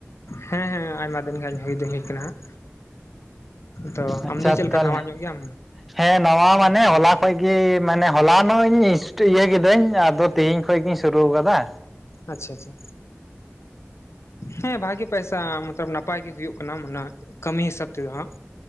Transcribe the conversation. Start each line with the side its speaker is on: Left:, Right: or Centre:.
Left: ᱦᱮᱸ ᱦᱮᱸ ᱟᱭᱢᱟ ᱫᱤᱱ ᱜᱟᱱ ᱤᱧ ᱦᱳᱭ ᱫᱚ ᱦᱳᱭ ᱠᱟᱱᱟ ᱦᱟᱜ᱾ ᱛᱚ
Centre: ᱟᱪᱪᱷᱟ
Left: ᱟᱢ ᱫᱚ ᱪᱮᱫ ᱞᱮᱠᱟ
Centre: ᱛᱟᱦᱚᱞᱮ
Left: ᱱᱟᱣᱟ ᱧᱚᱜ ᱜᱮᱭᱟᱢ?
Centre: ᱦᱮᱸ ᱱᱚᱣᱟ ᱢᱟᱱᱮ ᱦᱚᱞᱟ ᱠᱷᱚᱡ ᱜᱮ, ᱢᱟᱱᱮ ᱦᱚᱞᱟᱱᱧ ᱤᱭᱟᱹ ᱠᱤᱫᱟᱹᱧ ᱟᱫᱚ ᱛᱤᱦᱤᱧ ᱠᱷᱚᱱ ᱜᱮᱤᱧ ᱥᱩᱨᱩ ᱠᱟᱫᱟ᱾
Left: ᱟᱪᱪᱷᱟ ᱟᱪᱪᱷᱟ ᱦᱮᱸ ᱵᱷᱟᱜᱮ ᱯᱟᱭᱥᱟ ᱢᱚᱛᱞᱚᱵ ᱱᱟᱯ ᱟᱭ ᱜᱮ ᱦᱩᱭᱩᱜ ᱠᱟᱱᱟ ᱚᱱᱟ ᱠᱟᱹᱢᱤ ᱦᱤᱥᱟᱹᱵ ᱛᱮᱫᱚ ᱦᱟᱸᱜ᱾